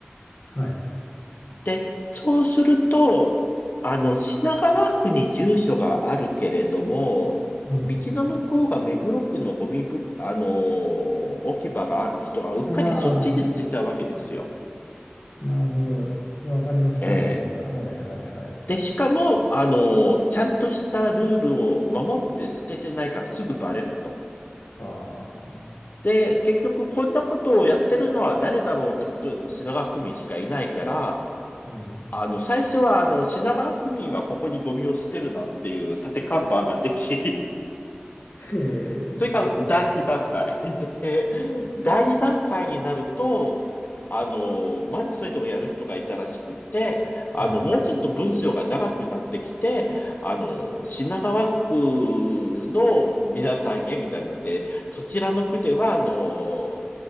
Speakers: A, on the left; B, on the left.
A: はい。
B: で、そうすると、あの、品川区に住所があるけれども、
A: うん。
B: 道の向こうが目黒区のゴミぶ、あのー置き場がある人がうっかりそっちに捨てたわけですよ。
A: ああ、なるほど。わかりました、
B: ええ。
A: 状況が。はいはいはい。
B: で、しかも、あのーちゃんとしたルールを守って捨ててないからすぐバレると。
A: はあ。
B: で、結局こんなことをやってるのは誰だろうってことだと品川区民しかいないから、
A: うん。
B: あの、最初は、あの、品川区民はここにゴミを捨てるなっていう立て看板ができ、
A: へえ。
B: それが第一段階。<laughs> で、第二段階になると、あの、まだそれでもやる人がいたらしくて、あの、
A: は
B: もうちょっと文章が長くなってきて、あの、品川区の皆さんへみたいになって、そちらの区では、あの、